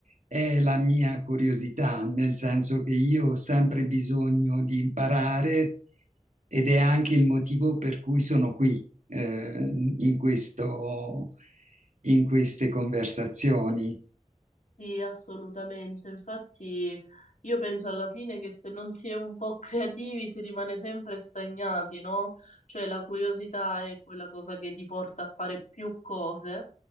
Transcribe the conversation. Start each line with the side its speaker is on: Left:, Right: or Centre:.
Right: è la mia curiosità, nel senso che io ho sempre bisogno di imparare ed è anche il motivo per cui sono qui, eh, in questo, in queste conversazioni.
Left: Sì, assolutamente. Infatti, io penso alla fine che se non si è un po' creativi si rimane sempre stagnati, no? Cioè la curiosità è quella cosa che ti porta a fare più cose